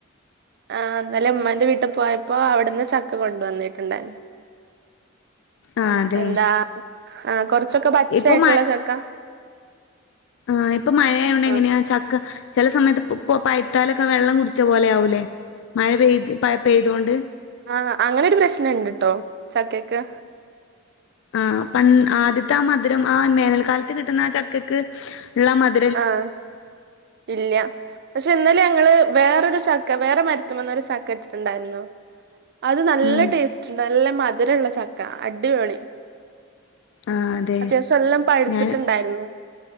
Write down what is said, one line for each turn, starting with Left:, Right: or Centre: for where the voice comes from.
Right: ആഹ് ഇന്നലെ ഉമ്മാന്റെ വീട്ടി പോയപ്പോ അവിടുന്ന് ചക്ക കൊണ്ട് വന്നിട്ടുണ്ടായിന്നു.
Left: ആ അതെ
Right: എന്താ ആ കൊറച്ചൊക്കെ പച്ചായിട്ടുള്ള
Left: ഇപ്പൊ
Right: ചക്ക.
Left: ആഹ ഇപ്പൊ മഴായോണ്ട്
Right: ആ
Left: എങ്ങനെയാ ചക്ക. ചെല സമയത്ത് പൊ പൈയ്ത്താലൊക്കെ വെള്ളം കുടിച്ച പോലെ ആകൂലേ മഴ പെയ്ത് പ പെയ്തോണ്ട്
Right: ഉം ആ അങ്ങനെരു പ്രശ്നണ്ട് ട്ടോ ചക്കയ്ക്ക്.
Left: ആഹ് പൺ ആദ്യത്തെ ആ മധുരം ആ വേനൽക്കാലത്ത് കിട്ടുന്ന ആ ചക്കക്ക് ഉള്ള മധുരം.
Right: ആഹ് ഇല്ല്യ. പക്ഷെ ഇന്നലെ ഞങ്ങൾ വേറൊരു ചക്ക വേറെ മരത്തിമ്മന്നൊരു ചക്ക ഇട്ടിട്ടുണ്ടായിരുന്നു. അത് നല്ല
Left: ഉം
Right: ടേസ്റ്റ് ഉണ്ട് നല്ല മധുരള്ള ചക്ക അടിപൊളി.
Left: ആ അതെ
Right: അത്യാവശ്യം അല്ലാം പഴുത്തിട്ടുണ്ടായിരുന്നു
Left: ഞാൻ